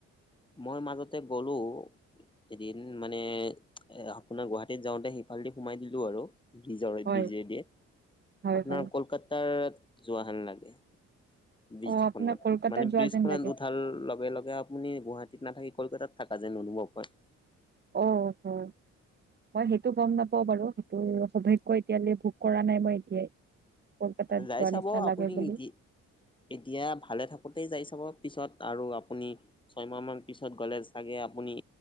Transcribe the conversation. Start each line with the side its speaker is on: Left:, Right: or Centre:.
Left: মই মাজতে গ'লো। এদিন মানে এ আপোনাৰ গুৱাহাটীত, যাওঁতে সিফালদি সোমাই দিলো আৰু। বিজৰে
Right: হয়
Left: ব্ৰীজে দিয়ে,
Right: হয়
Left: আপোনাৰ
Right: হয়
Left: কলকাতাৰ যোৱা হান লাগে ব্ৰীজ,
Right: অ আপোনাক
Left: খনত
Right: কলকাতাত
Left: মানে
Right: যোৱা
Left: ব্ৰীজ,
Right: যেন
Left: খনত
Right: লাগে
Left: উঠাল লগে লগে আপুনি গুৱাহাটী, নাথাকি কলকাতত, থকা যেন আনুভব হয়।
Right: অ' অ' মই সেইটো গম নাপাওঁ বাৰু। সেইটো সৌভাগ্য এতিয়ালৈ ভোগ কৰা নাই মই এতিয়াই। কলকাতাত
Left: যাই
Right: যোৱ
Left: চাব
Right: নিচিনা
Left: আপুনি
Right: লাগে বুলি।
Left: এতিয়া ভালে থাকোঁতেই যাই চাব। পিছত আৰু আপুনি ছয়মাহ মান পিছত গ'লে চাগে আপুনি